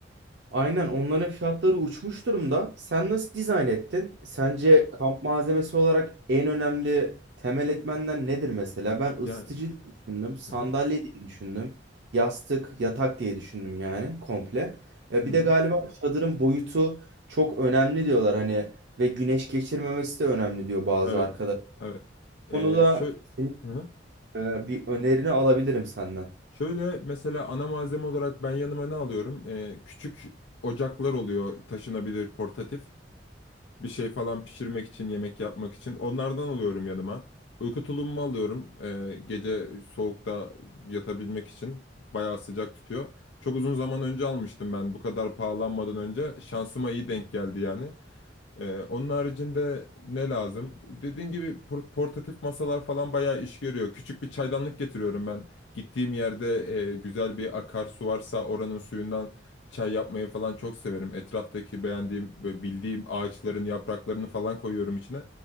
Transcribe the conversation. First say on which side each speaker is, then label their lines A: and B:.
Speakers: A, on the right (about 65°); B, on the left (about 80°).
A: Aynen onların fiyatları uçmuş durumda. Sen nasıl dizayn ettin? Sence kamp malzemesi olarak en önemli temel etmenler nedir mesela? Ben ısıtıcı
B: Ya
A: diye düşündüm, sandalye
B: hı hı.
A: diye düşündüm, yastık, yatak diye düşündüm yani komple. E,
B: hı
A: Bir
B: hı.
A: de galiba çadırın boyutu çok önemli diyorlar hani ve güneş geçirmemesi de önemli diyor bazı
B: Evet.
A: arkadaş.
B: Evet. Ee,
A: Bu konuda
B: şö
A: senin
B: hı hı.
A: e, bir önerini alabilirim senden.
B: Şöyle mesela ana malzeme olarak ben yanıma ne alıyorum? Ee, küçük ocaklar oluyor taşınabilir portatif. Bir şey falan pişirmek için, yemek yapmak için. Onlardan alıyorum yanıma. Uyku tulumumu alıyorum. Ee, gece soğukta yatabilmek için. Bayağı sıcak tutuyor. Çok uzun zaman önce almıştım ben. Bu kadar pahalanmadan önce. Şansıma iyi denk geldi yani. Ee, onun haricinde ne lazım? Dediğin gibi por- portatif masalar falan bayağı iş görüyor. Küçük bir çaydanlık getiriyorum ben. Gittiğim yerde e, güzel bir akarsu varsa oranın suyundan çay yapmayı falan çok severim. Etraftaki beğendiğim ve bildiğim ağaçların yapraklarını falan koyuyorum içine.